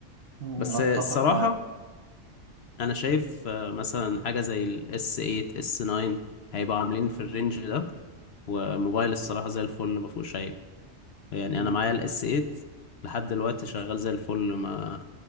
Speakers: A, on the right (about 50°); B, on the left (about 60°).
A: مم،
B: بس
A: أتفق
B: الصراحة
A: معاك
B: انا شايف آه، مثلا حاجة زي الاس 8 اس 9 هيبقى عاملين في الرينج ده وموبايل الصراحة زي الفل ما فيهوش عيب يعني
A: مم،
B: انا معايا الاس 8 لحد دلوقتي شغال زي الفل ما